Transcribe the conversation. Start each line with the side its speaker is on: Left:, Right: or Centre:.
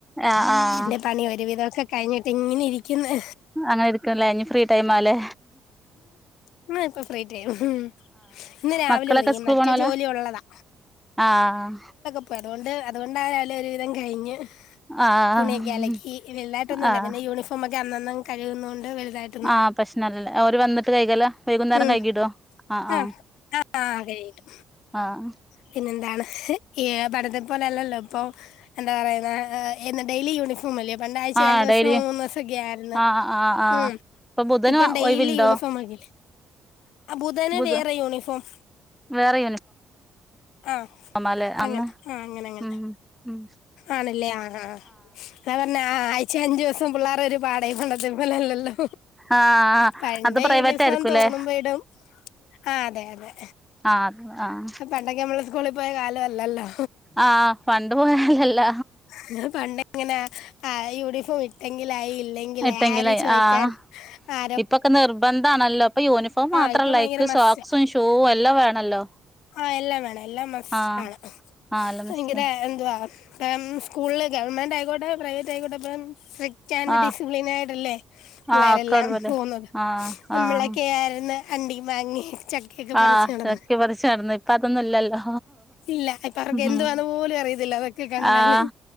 Centre: ആഹ് ആഹ്
Left: എന്റെ പണി ഒരുവിധൊക്കെ കഴിഞ്ഞിട്ട് ഇങ്ങനെ ഇരിക്ക്ന്ന്
Centre: അങ്ങനെ എടുക്കുംല്ലേ ഇനി ഫ്രീ ടൈമാല്ലേ
Left: അങ്ങനെ ഇപ്പൊ ഫ്രീടൈം ഉം ഇന്ന് രാവിലെ
Centre: മക്കളൊക്കെ
Left: ഒതുങ്ങി
Centre: സ്കൂൾ
Left: മറ്റേ
Centre: പോണോലാ
Left: ജോലി ഉള്ളതാ
Centre: ആഹ്
Left: പ്പൊ അതുകൊണ്ട് അത് അതുകൊണ്ടാലും ഒരുവിധം കഴിഞ്ഞ്.
Centre: ആഹ്
Left: തുണിയൊക്കെ അലക്കി വെള്ളാറ്റൊന്നുല്ല
Centre: ആഹ്
Left: പിന്നെ യൂണിഫ് അപ്പൊമ്മക്ക് അന്നന്നങ്‌ കഴുകുന്നോണ്ട് വലുതായി
Centre: ആഹ് പ്രശ്നല്ലല്ല അവര് വന്നിട്ട് കൈകലാ വൈകുന്നേരം
Left: ഉം
Centre: കൈകിടോ ആഹ് ആഹ്
Left: ആ ആ കഴിയിട്ടു
Centre: ആഹ്
Left: പിന്നെന്താണ്? ഏഹ് പടത്തെ പോലെല്ലല്ലോ ഇപ്പൊ എന്താ പറയുന്ന എ ഡെയിലി യൂണിഫോ ഫോമല്ലെ. പണ്ടാഴ്ച
Centre: ആഹ്
Left: രണ്ടു ദിവസം
Centre: ഡെയിലി
Left: മൂന്ന് ദിവസൊക്കെ ആയിരുന്നു
Centre: ആഹ് ആഹ് ആഹ് ആഹ്
Left: ഉം
Centre: ഇപ്പൊ ബുധന്
Left: ഇപ്പം ഡെയിലി
Centre: ഒഴിവുണ്ടോ
Left: യൂണിഫോം ആക്കീല്ലെ ആഹ് ബുധന്
Centre: ബുധ
Left: വേറെ യൂണിഫോം
Centre: വേറെ
Left: ആഹ്
Centre: യൂണിഫോമാല്ലേ അന്ന്
Left: അങ്ങൻത്തെ ആഹ് അങ്ങനെ അങ്ങനെ
Centre: ഉം ഉം
Left: ആണല്ലേ ആഹ് ആഹ് വേറ പിന്നെ ആഴ്ച അഞ്ചു ദിവസം പിള്ളേർ ഒരു പാടായി പണ്ടത്തെ പോലെ അല്ലല്ലോ
Centre: ആഹ്
Left: പണ്ടെ
Centre: അത് പ്രൈവറ്റ്
Left: യൂണിഫോം
Centre: ആയിരിക്കൂല്ലേ
Left: തോന്നുമ്പോ ഇടും ആഹ് അതെ അതെ
Centre: ആഹ് ആഹ്
Left: പണ്ടൊക്കെ നമ്മള് സ്കൂളിൽ പോയ കാലമല്ലല്ലോ
Centre: ആഹ് പണ്ട് പോയാലല്ല
Left: ഇങ്ങള് പണ്ടേ അങ്ങനെ ആ യൂണിഫോം ഇട്ടെങ്കിലായി ഇല്ലെങ്കിൽ
Centre: ഇട്ടെങ്കിലേ
Left: ആര് ചോദിക്കാൻ
Centre: ആഹ്
Left: ആ
Centre: ഇപ്പൊക്കെ നിർബന്ധാണല്ലോ ഇപ്പോ യൂണിഫോം
Left: ആ
Centre: മാത്രം
Left: ഇപ്പം
Centre: അല്ല
Left: ഭയങ്കര
Centre: അതിക്ക്
Left: മസ്റ്റാ
Centre: സോക്സും ഷൂവും എല്ലാം വേണല്ലോ
Left: ആഹ് എല്ലാം വേണം എല്ലാം മസ്റ്റ്
Centre: ആഹ്
Left: ആണ്
Centre: ആഹ് അല്ല
Left: ഭയങ്കര
Centre: മിസ്
Left: എന്തുവാ സ്കൂളിൽ ഗവൺമെന്റ് ആയിക്കോട്ടെ പ്രൈവറ്റ് ആയിക്കോട്ടെ ഇപ്പം സ്രി
Centre: ആഹ്
Left: ഡിസിപ്ലിൻ ആയിട്ടല്ലേ പിള്ളേരെല്ലാം
Centre: ആഹ് ഒക്കെ ഒരുപോലെ
Left: പോകുന്നത്
Centre: ആഹ്
Left: നമ്മളൊക്കെ
Centre: ആഹ്
Left: ആയിരുന്നു അണ്ടിമാങ്ങിം ചക്കയൊക്കെ പറിച്ച്
Centre: ആഹ്
Left: നടന്നു
Centre: ചക്കി പറിച്ച് നടന്ന് ഇപ്പ അതൊന്നും ഇല്ലല്ലോ
Left: ഇല്ല ഇപ്പ അവർക്ക്
Centre: ഉം
Left: എന്തുവാന്ന് പോലും അറിയത്തില്ല അതൊക്കെ കണ്ടാല്
Centre: ആഹ്